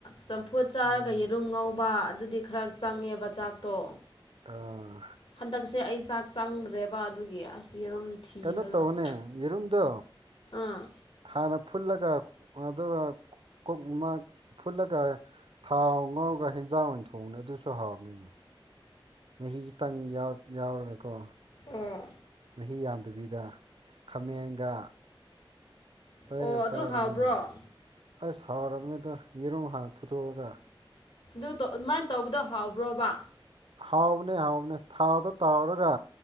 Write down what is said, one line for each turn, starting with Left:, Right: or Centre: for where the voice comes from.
Left: ꯆꯝꯐꯨꯠ ꯆꯥꯔꯒ
Right: ꯎꯝ
Left: ꯌꯦꯔꯨꯝ ꯉꯧꯕ ꯑꯗꯨꯗꯤ ꯈꯔ ꯆꯪꯉꯦꯕ ꯆꯥꯛꯇꯣ
Right: ꯑꯥ
Left: ꯍꯟꯗꯛꯁꯦ ꯑꯩ ꯆꯥꯛ ꯆꯪꯗ꯭ꯔꯦꯕ ꯑꯗꯨꯒꯤ ꯑꯁ ꯌꯦꯔꯨꯝ ꯊꯤꯔꯒ
Right: ꯀꯩꯅꯣ ꯇꯧꯕꯅꯦ ꯌꯦꯔꯨꯝꯗꯣ
Left: ꯑꯥ
Right: ꯍꯥꯟꯅ ꯐꯨꯜꯂꯒ ꯑꯗ ꯀꯣꯛ ꯑꯃ ꯐꯨꯠꯂꯒ ꯊꯥꯎ ꯉꯥꯎꯔꯒ ꯍꯦꯟꯖꯥꯡ ꯑꯣꯏꯅ ꯊꯣꯡꯕꯅꯤ ꯑꯗꯨꯁꯨ ꯍꯥꯎꯗꯣꯏꯅꯤ ꯃꯍꯤ ꯈꯤꯇꯪ ꯌꯥꯎꯔꯒꯀꯣ
Left: ꯑꯣ
Right: ꯃꯍꯤ ꯌꯥꯝꯗꯕꯤꯗ ꯈꯥꯃꯦꯟꯒ ꯇꯥꯏꯔꯒ
Left: ꯑꯣ ꯑꯗꯨ
Right: ꯆꯥꯔꯗꯅ
Left: ꯍꯥꯎꯕ꯭ꯔꯣ
Right: ꯑꯁ ꯁꯥꯎꯔꯕꯅꯤꯗ ꯌꯦꯔꯨꯝ ꯍꯥꯟꯅ ꯐꯨꯊꯣꯛꯑꯒ
Left: ꯑꯗꯨ ꯑꯗꯨꯃꯥꯏꯅ ꯇꯧꯕꯗꯣ ꯍꯥꯎꯕ꯭ꯔꯣꯕ
Right: ꯍꯥꯎꯕꯅꯦ ꯍꯥꯎꯕꯅꯦ ꯊꯥꯗꯣ ꯇꯥꯎꯔꯒ